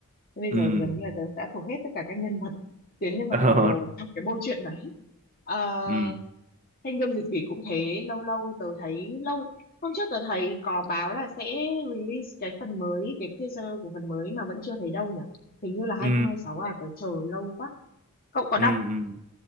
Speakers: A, on the left; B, on the right.
A: thế bây
B: ừ
A: giờ thì gần như là
B: <laughs>
A: tớ đã thuộc hết tất cả các nhân vật tuyến nhân vật
B: Ờ,
A: khổng lồ trong cái bộ truyện đấy Ờ,
B: ừ
A: Thanh gươm diệt quỷ cũng thế, lâu lâu tớ thấy lâu hôm trước tớ thấy có báo là sẽ release cái phần mới, cái teaser của phần mới mà vẫn chưa thấy đâu nhỉ. Hình như là 2026
B: ừ
A: à, tớ chờ lâu quá. Cậu có
B: ừ
A: đọc,
B: ừ.